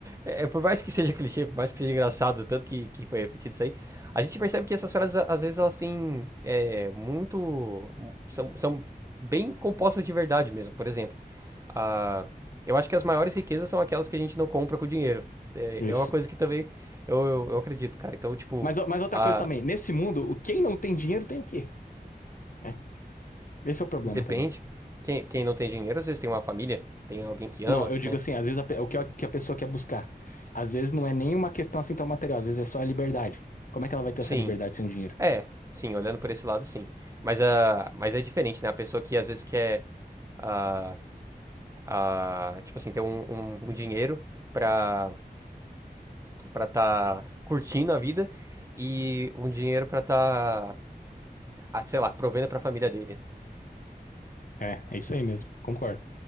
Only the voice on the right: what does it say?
É, é, por mais que seja clichê, por mais que seja engraçado, tanto que, que foi repetido isso aí, a gente percebe que essas frases, a- às vezes, elas têm é, muito. são, são bem compostas de verdade mesmo. Por exemplo a... Eu acho que as maiores riquezas são aquelas que a gente não compra com dinheiro. É,
é uma coisa que também eu, eu, eu acredito, cara. Então, tipo,
a...
depende.
Quem, quem não tem dinheiro, às vezes tem uma família, tem alguém que ama,
né?
Sim,
é, sim, olhando por esse lado, sim. Mas, a, mas é diferente, né? A pessoa que às vezes quer, a, a, tipo assim, ter um, um, um dinheiro pra, pra tá curtindo a vida e um dinheiro pra tá, ah, sei lá, provendo pra família dele,